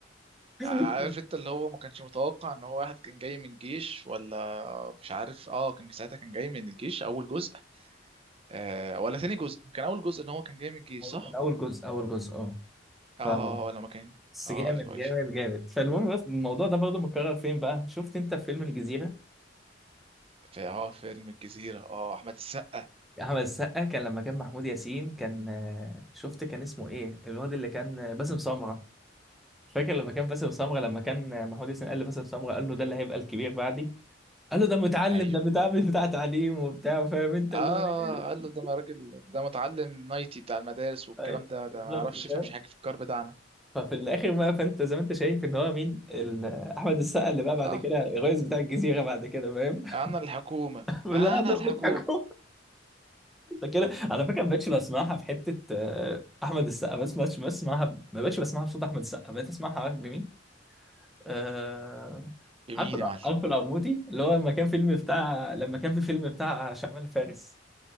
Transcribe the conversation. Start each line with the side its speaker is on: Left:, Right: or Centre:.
Centre: <laughs>
Right: عارف انت اللي هو ما كانش متوقع ان هو واحد كان جاي من الجيش ولا مش عارف اه كان ساعتها كان جاي من الجيش اول جزء آه ولا ثاني جزء كان اول جزء ان هو كان جاي من الجيش صح
Centre: كان اول جزء اول جزء اه
Right: اه
Centre: ف
Right: لما كان
Centre: بس
Right: اه
Centre: جامد
Right: ايوه ايوه
Centre: جامد جامد فالمهم بس الموضوع ده برضه متكرر فين بقى شفت انت في فيلم الجزيرة
Right: في اه فيلم الجزيرة اه احمد السقا
Centre: احمد السقا كان لما كان محمود ياسين كان آه، شفت كان اسمه ايه الواد اللي كان آه، باسم سمرة فاكر لما كان باسم سمرة لما كان آه، محمود ياسين قال لباسم سمرة قال له ده اللي هيبقى الكبير بعدي قال له ده متعلم
Right: ايوه
Centre: ده بتاع مش بتاع تعليم وبتاع فاهم انت
Right: اه
Centre: اللي هو ايه
Right: قال له ده ما راجل ده متعلم نايتي بتاع المدارس والكلام
Centre: طيب،
Right: ده ده
Centre: بالظبط
Right: ما يعرفش يفهمش
Centre: فاهم
Right: حاجة في الكار بتاعنا
Centre: ففي الاخر بقى فانت زي ما انت شايف ان هو مين ال- احمد السقا اللي بقى بعد
Right: صح
Centre: كده الرئيس بتاع الجزيرة بعد كده فاهم
Right: انا الحكومة
Centre: <laughs> لا
Right: انا
Centre: ده
Right: الحكومة
Centre: مش حكومة كده على فكره ما بقتش بسمعها في حته آه، احمد السقا بس ما بقتش بسمعها ما بقتش بسمعها بصوت احمد السقا بقيت اسمعها عارف بمين؟ آه،
Right: بمين
Centre: عارف الأ-
Right: يا معلم
Centre: عارف القرموطي اللي هو لما كان فيلم بتاع لما كان في فيلم بتاع شعبان فارس